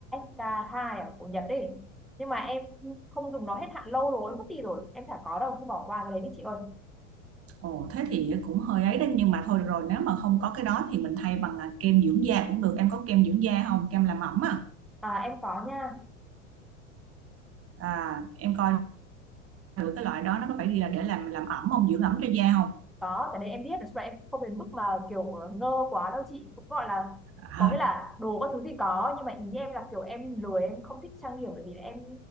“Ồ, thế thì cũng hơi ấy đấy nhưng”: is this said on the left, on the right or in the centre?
Right